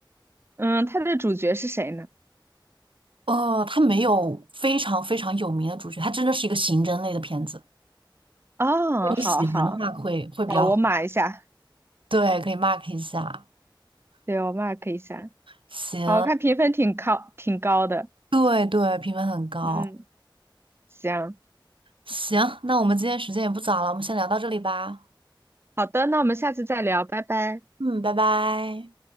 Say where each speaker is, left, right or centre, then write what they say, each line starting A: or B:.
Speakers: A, on the right; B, on the right.
A: 嗯，它的主角是谁呢？
B: 哦，它没有非常非常有名的主角，它真的是一个刑侦类的片子。
A: 哦，
B: 如果你喜欢的话会，
A: 好好
B: 会比较
A: 好，我码一下，
B: 对，可以 mark 一下。
A: 对，我 mark 一下。
B: 行，
A: 好，我看评分挺高，挺高的。
B: 对对，评分很高。
A: 嗯，行，
B: 行，那我们今天时间也不早了，我们先聊到这里吧。
A: 好的，那我们下次再聊，拜拜。
B: 嗯，拜拜。